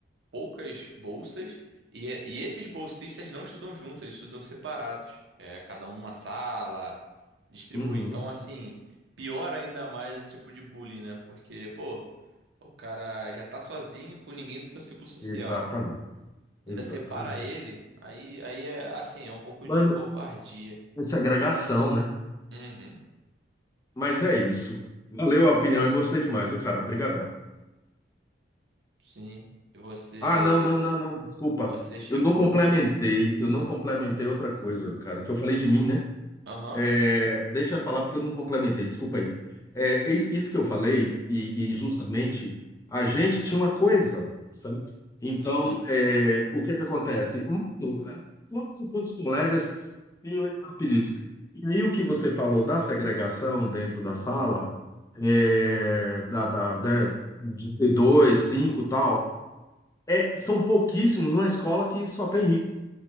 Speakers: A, on the right; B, on the left.
A: poucas bolsas e, e esses bolsistas não estudam junto eles estudam separados, é, cada um numa sala, distribui.
B: Uhum.
A: Então, assim, piora ainda mais esse tipo de bullying, né? Porque, pô, o cara já tá sozinho com ninguém do seu ciclo social,
B: Exatamente, exatamente.
A: ainda separa ele, aí, aí é assim, é um pouco
B: Mano,
A: de covardia.
B: essa agregação, né?
A: Uhum,
B: Mas é isso. Valeu a opinião e gostei demais, viu, cara? Obrigadão.
A: sim. E você,
B: Ah, não, não, não, não, desculpa.
A: você chegou.
B: Eu não complementei, eu não complementei outra coisa, cara, que eu falei de mim, né?
A: Aham,
B: É, Deixa eu falar porque eu não complementei, desculpa aí. É, isso isso que eu falei, e, e justamente, a gente tinha uma coesão, certo? Então,
A: uhum,
B: é, o que é que acontece? Mano, é, quantos, e quantos colegas tinham esses apelidos? E aí, o que você falou da segregação dentro da sala, é, da, da, da, de T2, 5 e tal é, são pouquíssimos numa escola que só tem rico,